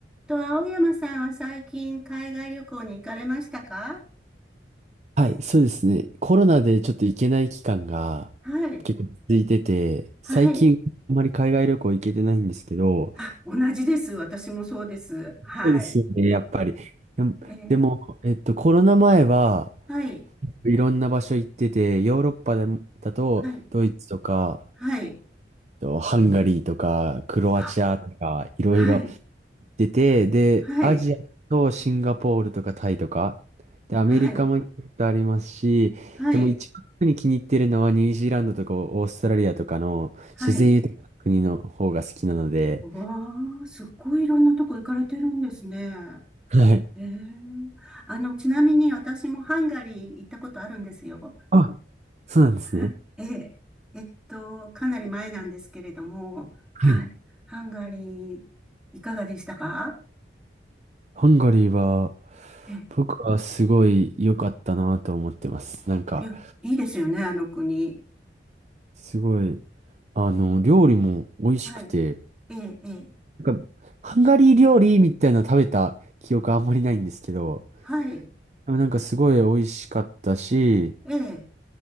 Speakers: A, in the centre; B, on the right.
A: と、青山さんは最近海外旅行に行かれましたか
B: はい、そうですね。コロナでちょっと行けない期間が
A: はい。
B: 結構続いてて、
A: はい。
B: 最近あまり海外旅行行けてないんですけど、
A: あ、同じです。私もそうです。はい。
B: そうですよね、やっぱり。でも、
A: えー
B: でもえっと、コロナ前は
A: はい。
B: いろんな場所行ってて、ヨーロッパだ、だとドイツとか、
A: はい。はい。
B: えっとハンガリーとか、クロアチアとか、
A: あ、
B: いろいろ
A: はい。
B: 出て、で、
A: はい。
B: アジアとシンガポールとかタイとか、で、アメリカも行ったことありますし、
A: はい。はい。
B: でも一番特に気に入ってるのはニュージーランドとかオーストラリアとかの自然豊かな国の方が好きなので、
A: はい。うわー、すっごいいろんなとこ行かれてるんですね。
B: はい。
A: えー、あの、ちなみに私もハンガリー行ったことあるんですよ。
B: あ、そうなんですね。
A: はええ、えっと、かなり前なんですけれども、
B: はい。
A: はい。ハンガリー、いかがでしたか
B: ハンガリーは、
A: ええ、
B: 僕はすごい良かったなと思ってます。なんか、
A: いや、いいですよね、あの国。
B: すごい、あの、料理も美味しくて、
A: はい。ええ、ええ、
B: なんか、ハンガリー料理みたいなの食べた記憶あんまりないんですけど、
A: はい。
B: でもなんかすごい美味しかったし、
A: ええ、